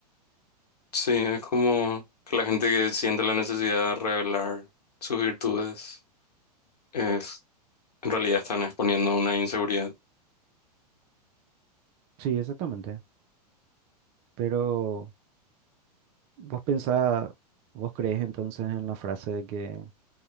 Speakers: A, on the left; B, on the right.
A: Sí, es como que la gente que siente la necesidad de revelar sus virtudes, es, en realidad están exponiendo una inseguridad.
B: Sí, exactamente. Pero vos pensás, vos crees entonces en la frase de que